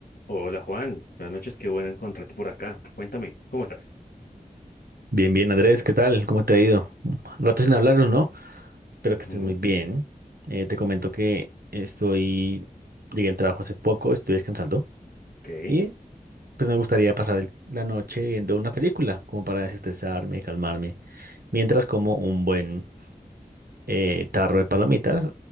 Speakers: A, on the left; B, on the right.
A: Hola Juan, buenas noches, qué bueno encontrarte por acá. Cuéntame, ¿cómo estás?
B: Bien, bien, Andrés, ¿qué tal? ¿Cómo te ha ido? Un Rato sin hablarnos, ¿no? Espero
A: Ujú,
B: que estés muy bien. Eh, te comento que estoy, llegué al trabajo hace poco, estoy descansando
A: ok.
B: y pues me gustaría pasar el- la noche viendo una película, como para desestresarme, calmarme, mientras como un buen eh, tarro de palomitas,